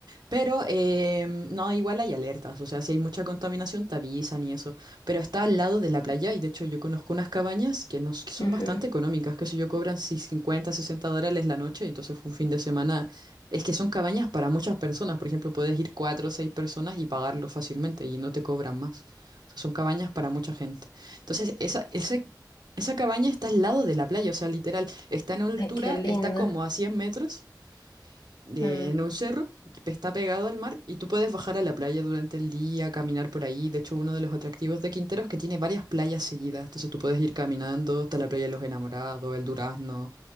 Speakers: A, on the right; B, on the left.
A: Pero eh, no, igual hay alertas, o sea, si hay mucha contaminación te avisan y eso. Pero está al lado de la playa y de hecho yo conozco unas cabañas que, nos, que son
B: Ujú.
A: bastante económicas, que si yo cobran si 50 60 dólares la noche, entonces un fin de semana. Es que son cabañas para muchas personas, por ejemplo, puedes ir cuatro o seis personas y pagarlo fácilmente y no te cobran más. O sea, son cabañas para mucha gente. Entonces, esa, esa, esa cabaña está al lado de la playa, o sea, literal, está en altura,
B: Ay, qué lindo.
A: está como a 100 metros de-
B: Mm,
A: en un cerro que está pegado al mar y tú puedes bajar a la playa durante el día, caminar por ahí. De hecho, uno de los atractivos de Quintero es que tiene varias playas seguidas. Entonces tú puedes ir caminando hasta la playa de los Enamorados, el Durazno